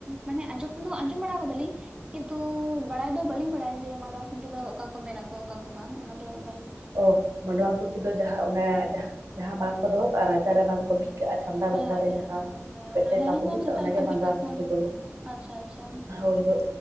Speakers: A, on the right; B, on the right.
A: ᱢᱟᱱᱮ ᱟᱸᱡᱚᱢ ᱩᱱ ᱟᱡᱸᱚᱢ ᱵᱟᱲᱟ ᱠᱟᱫᱟ ᱞᱤᱧ ᱠᱤᱱᱛᱩ ᱵᱟᱲᱟᱭ ᱫᱚ ᱵᱟᱟᱹᱞᱤᱧ ᱵᱟᱲᱟᱭᱟ ᱡᱮ ᱢᱟᱰᱣᱟ ᱠᱷᱩᱱᱴᱤ ᱫᱚ ᱚᱠᱟ ᱠᱚ ᱢᱮᱱᱟ‌ ᱠᱚ ᱚᱠᱟ ᱠᱚ ᱵᱟᱝ ᱚᱱᱟ ᱫᱚ ᱵᱞᱤᱧ
B: ᱚ ᱢᱟᱰᱣᱟ ᱠᱷᱩᱱᱴᱤ ᱫᱚ ᱡᱟᱦᱟᱸ ᱚᱱᱟ ᱡᱟᱦᱟᱸ ᱵᱟᱝᱠᱚ ᱫᱚᱦᱚ ᱠᱟᱜᱼᱟ ᱨᱟᱪᱟ ᱨᱮ ᱵᱟᱝ ᱠᱚ ᱵᱤᱫ ᱤᱠᱟᱹᱜᱼᱟ ᱪᱷᱟᱢᱰᱟ
A: ᱦᱮᱸ
B: ᱞᱟᱛᱟᱨ ᱨᱮ ᱡᱟᱦᱟᱸ
A: ᱦᱮᱸ ᱦᱮᱸ
B: ᱢᱤᱫᱴᱮᱱ
A: ᱚᱱᱟ ᱦᱮᱸ
B: ᱯᱟᱠᱚ
A: ᱦᱮᱸ
B: ᱡᱩᱛᱟ
A: ᱪᱷᱟᱛᱟ
B: ᱚᱱᱟᱜᱮ
A: ᱞᱮᱠᱟ
B: ᱢᱟᱰᱣᱟ
A: ᱵᱤᱫ ᱠᱟᱠᱚ
B: ᱠᱷᱩᱱᱴᱤ
A: ᱚᱸᱰᱮ
B: ᱠᱚ ᱞᱟᱹᱭᱟ᱾
A: ᱟᱪᱪᱷᱟ ᱟᱪᱪᱷᱟ
B: ᱦᱳᱭ ᱦᱳᱭ